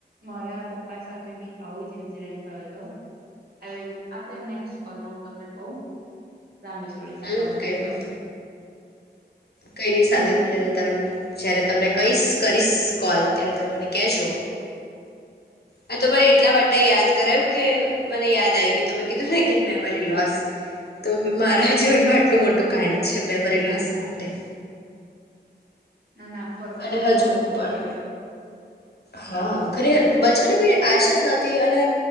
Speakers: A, on the right; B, on the left.
A: મારા પપ્પા સાથે બી આવું જ ઇન્સિડેન્ટયો હતો, આઈ વિલ આપડે નેક્સ્ટ કોલમાં હું તમને કવ. લાંબી સ્ટોરી છે,
B: હમ
A: આ કોલમાં
B: કઈ
A: ની
B: વાંધો
A: પતે.
B: કઈ નઈ શાંતિથી
A: બોલો બીજું
B: રીતે, જયારે તમને કઇસ કરીશ કોલ ત્યારે તમે મને કેજો, આ તો મને એટલા માટે યાદ કરાયું કે મને યાદ આવી ગયું તમે કીધું ને કે મેમરી લોસ, તો મારા જીવનમાં આટલું મોટું કાંડ છે, મેમરી લોસ. માટે
A: ના ના ખરેખર
B: અને હજુ
A: બહુ મોટું
B: પણ,
A: કેવાય
B: હા ખરેખર બ છની કોઈ આશાજ નથી અને